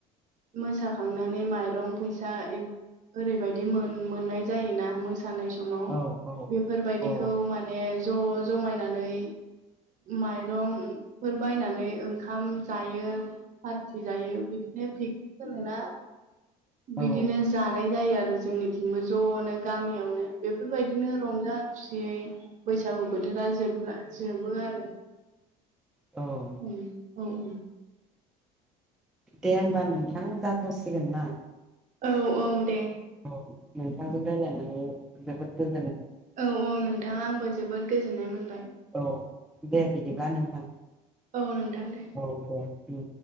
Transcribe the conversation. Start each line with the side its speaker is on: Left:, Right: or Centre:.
Right: मोसाखांनानै माइरं फैसा ए ओरैबायदि मोन-मोननाय जायोना मोसानाय स समाव
Centre: औ औ
Right: बेफोर बायदिखौ
Centre: औ
Right: माने ज' जमायनानै माइरंफोर बायनानै ओंखाम जायो फारथि जायो बिद नो पिकनिक होनोना
Centre: औ
Right: बिदिनो जानाय जायो। आरो जोंनिथिंबो ज'नो गामियावनो बेफोर बायदिनो रंजा खुसियै बैसागु बोथोरा जोबला जोबो आरो।
Centre: औ
Right: उम औ औ
Centre: दे होमबा नोंथां जाथ'सिगोन ना?
Right: औ औ दे।
Centre: औ नोंथांजों रालायनानै जोबोद गो
Right: औ औ नोंथां आंबो जोबोद गोजोननाय मोनबाय।
Centre: औ दे बिदिब्ला नोंथां।
Right: औ नोंथां दे
Centre: औ दे।